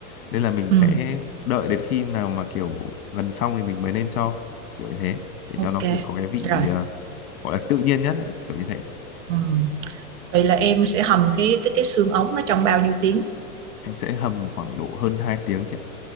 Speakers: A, on the left; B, on the right.
A: nên là mình
B: ừ,
A: sẽ đợi đến khi nào mà kiểu gần xong thì mình mới nên cho kiểu như thế để
B: ok.
A: cho nó kiểu có cái vị
B: Rồi.
A: ờ, gọi là tự nhiên nhất ấy, kiểu như thế
B: Ừ. Vậy là em sẽ hầm cái cái cái xương ống nó trong bao nhiêu tiếng?
A: em sẽ hầm khoảng độ hơn 2 tiếng chị ạ